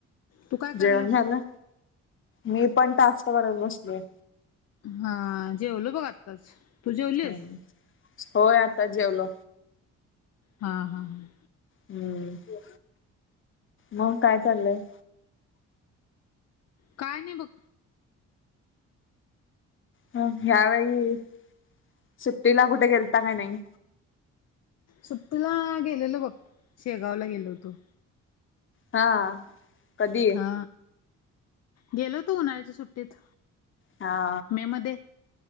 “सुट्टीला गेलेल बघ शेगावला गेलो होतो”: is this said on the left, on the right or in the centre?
Left